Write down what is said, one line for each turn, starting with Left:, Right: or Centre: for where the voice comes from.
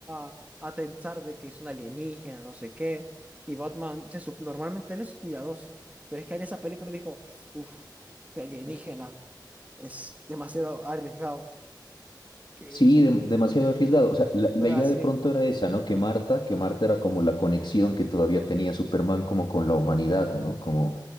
Right: a, a pensar de que es un alienígena, no sé qué, y Batman, se sup- normalmente él es cuidadoso, pero es que en esa película dijo, uff, de alienígena, es demasiado arriesgado. Que,
Left: Sí,
Right: y,
Left: dem- demasiado
Right: y, o sea,
Left: arriesgado. O sea, la, la
Right: cosas
Left: idea
Right: así.
Left: de pronto era esa, ¿no? Que Marta, que Marta era como la conexión que todavía tenía Superman como con la humanidad, ¿no? Como,